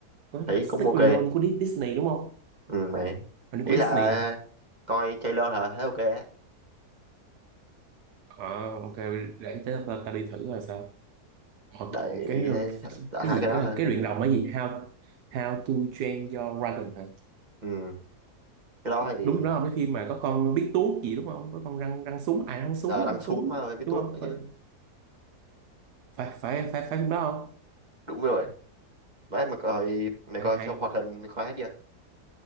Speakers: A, on the right (about 80°); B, on the right (about 25°).
A: Có
B: thấy
A: Stick
B: cũng ok
A: and Lilo của Dis- Disney đúng không?
B: ừ mà
A: Hình như
B: ý
A: của
B: là
A: Disney hả?
B: coi trailer hả thấy ok á
A: Ờ, ok, để tới ta, ta đi thử là sao. Ờ,
B: đợi,
A: còn cái cái
B: đợi hai
A: gì
B: cái đó
A: cái
B: thôi
A: là cái luyện rồng là gì? How How to Train Your Dragon hả?
B: ừ cái đó thì
A: đúng không đó không? cái phim mà có con biết tuốt gì đúng không có con răng răng súng à răng súng
B: ờ, đăng
A: răng súng
B: xuống mà ơi biết
A: đúng
B: tuốt
A: không
B: nữa
A: phải
B: chứ
A: phải phải phải, phải phim đó không
B: đúng rồi đấy mà coi mày
A: phải
B: coi
A: hay
B: xong hoạt hình coi hết chưa